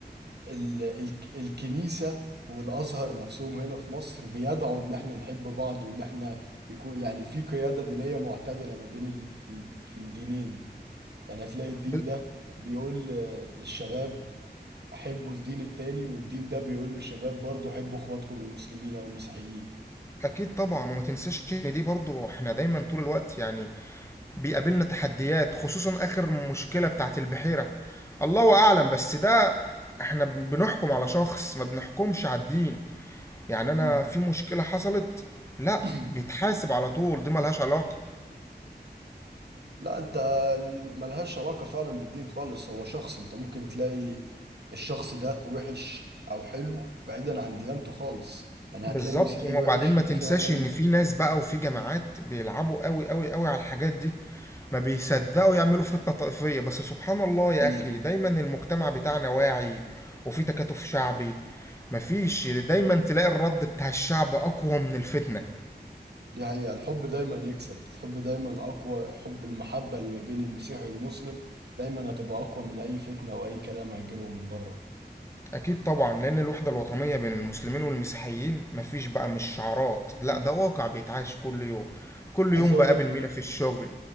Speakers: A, on the right; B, on the left.
A: ال ال الكنيسة والأزهر نفسهم هنا في مصر بيدعوا إن احنا نحب بعض وإن احنا يكون يعني في قيادة دينية معتدلة ما بين ال ال الدينين يعني هتلاقي الدين
B: ب-
A: ده بيقول للشباب حبوا الدين التاني والدين ده بيقول للشباب برضو حبوا اخواتكم المسلمين او المسيحيين
B: اكيد طبعا وما تنساش ان دي برضو احنا دايما طول الوقت يعني بيقابلنا تحديات خصوصا اخر مشكله بتاعت البحيره الله اعلم بس ده احنا بن- بنحكم على شخص ما بنحكمش على الدين يعني انا
A: امم
B: في مشكلة حصلت لا
A: <clears throat>
B: بيتحاسب على طول دي ملهاش علاقة
A: لا انت ال- ملهاش علاقة فعلا بالدين خالص هو شخص انت ممكن تلاقي الشخص ده وحش او حلو بعيدا عن ديانته خالص يعني
B: بالظبط
A: هتلاقي مسيحي
B: وبعدين
A: وحش ومسيحي
B: ما تنساش
A: حلو
B: ان في ناس بقى وفي جماعات بيلعبوا قوي قوي قوي على الحاجات دي ما بيصدقوا يعملوا فتنة طائفية بس سبحان الله يا
A: امم
B: اخي دايما المجتمع بتاعنا واعي وفي تكاتف شعبي مفيش دايما تلاقي الرد بتاع الشعب اقوى من الفتنة
A: دي حقيقة الحب دايما يكسب الحب دايما أقوى حب المحبة اللي ما بين المسيحي والمسلم دايما هتبقى أقوى من أي فتنة أو أي كلام هيجيلهم من بره
B: أكيد طبعا لأن الوحدة الوطنية بين المسلمين والمسيحيين مفيش بقى مش شعارات لأ
A: مم.
B: ده واقع بيتعاش كل يوم كل
A: عايز
B: يوم
A: أقول
B: بقابل
A: لك
B: مينا في الشغل